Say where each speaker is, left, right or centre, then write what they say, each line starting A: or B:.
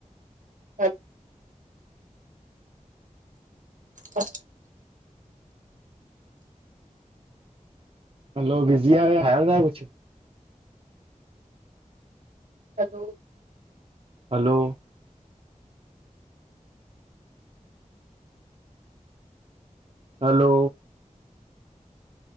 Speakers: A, on the right; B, on the right.
A: हच् ह
B: हलो बिज़ी आयो। ठयो ते शा कुश।
A: हलो।
B: हलो। हलो।